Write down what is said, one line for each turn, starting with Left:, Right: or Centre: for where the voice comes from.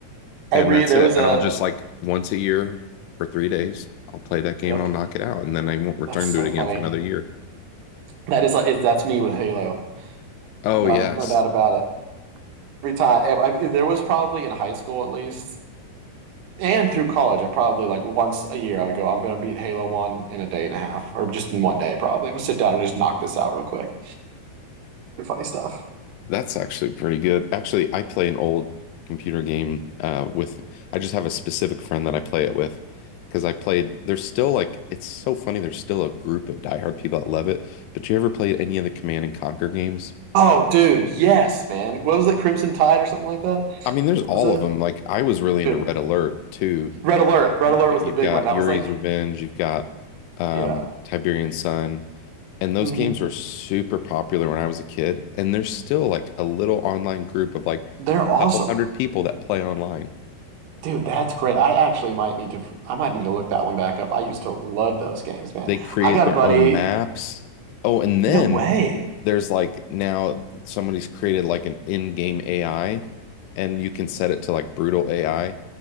Right: every
Left: and that's
Right: there
Left: it.
Right: was a
Left: And I'll just like once a year for three days, I'll play that game
Right: yep.
Left: and I'll knock it out, and then I won't return
Right: That's so
Left: to it again
Right: funny.
Left: for another year.
Right: That is like that's me with Halo.
Left: Oh
Right: Not
Left: yes.
Right: a, no doubt about it. Every time ever, I, there was probably in high school at least and through college, I probably like once a year I would go, I'm gonna beat Halo One in a day and a half, or just in one day probably. I'm gonna sit down and just knock this out real quick. Pretty funny stuff.
Left: That's actually pretty good. Actually, I play an old computer game uh, with, I just have a specific friend that I play it with because I played, there's still like, it's so funny. There's still a group of diehard people that love it. But you ever played any of the Command and Conquer games?
Right: Oh, dude, yes, man. What was it, Crimson Tide or something like that?
Left: I mean, there's
Right: What
Left: all
Right: was it?
Left: of them. Like, I was really into
Right: Dude,
Left: Red Alert too.
Right: Red Alert. Red
Left: Um,
Right: Alert
Left: But
Right: was
Left: you've
Right: the big
Left: got
Right: one. That
Left: Yuri's
Right: was like,
Left: Revenge, you've got um,
Right: yeah,
Left: Tiberian Sun. And those
Right: hmm
Left: games were super popular when I was a kid. And there's still like a little online group of like a
Right: They're awesome,
Left: couple hundred people that play online.
Right: dude. That's great. I actually might need to. I might need to look that one back up. I used to love those games, man.
Left: They create
Right: I got
Left: their
Right: a buddy.
Left: own maps. Oh, and then
Right: No way.
Left: there's like now somebody's created like an in-game AI and you can set it to like brutal AI.